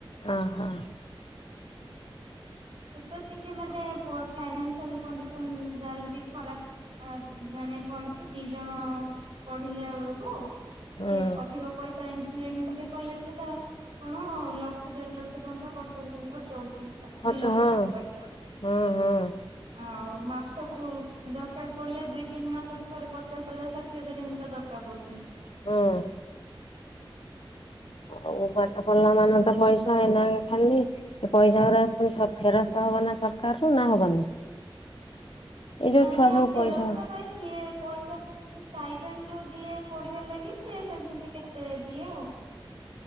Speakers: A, on the left; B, on the right.
A: ଅଁ ହଁ।
B: <unintelligible> ଟିକେ ମାନେ ପ ଫାଇନାସିଆଲ କଣ୍ଡିସନ ଯାହା ହେଲେ ବି ଖରାପ। ଆ ମାନେ କଣ କି ଦି ଜଣ ପଢ଼ିଲେ ଓଳୁକୁ।
A: ହଁ
B: ସିଏ ଅଧିକ ପଇସା ଇଜିନିୟରିଂ ରେ କଲେଜ୍ ରେ ତାର କଣ ଲକ୍ଷେ ଦେଢ଼ ଲକ୍ଷ ଟଙ୍କା ବର୍ଷକୁ ଖର୍ଚ୍ଚ ହଉଛି
A: ଖର୍ଚ୍ଚ
B: ଦୁଇ ଲ କ୍ଷ
A: ହଁ
B: ପାଖା ପାଖି।
A: ହଁ ହଁ
B: ଆଉ ମାସକୁ ଦରକାର ପଡ଼ିଲେ ଦୁଇ ତିନି ମାସରେ ଥରେ ପଚାଶ ହଜାର ଷାଠିଏ ହଜାର ଏମିତି ତ ଦ କାର ପଡ଼ୁଚି।
A: ହୁଁ। ଆଉ ପାଠ ପଢ଼ିଲା ମାନେ ତ ପଇସା ଏଇନେକା ଖାଲି। ଏ ପଇସା ଗୁରାକ ପୁଣି ସର୍ ଫେରସ୍ତ ହବ ନା ସରକାର ରୁ ନା ହବନି? ଏଇ ଯୋଉ
B: ନାଇଁ
A: ଛୁଆ
B: ଆଉ
A: ସବୁ
B: ଫେରସ୍ତ
A: ପଇସା
B: ନାଇଁ ସିଏ ପଇସା ଯୋଉ ଷ୍ଟାଇପେନ୍ ଯୋଉ ଦିଏ ପଢ଼ିବା ଲାଗି ସିଏ ସେମିତି କେତେ ଦିଏ ଆଉ।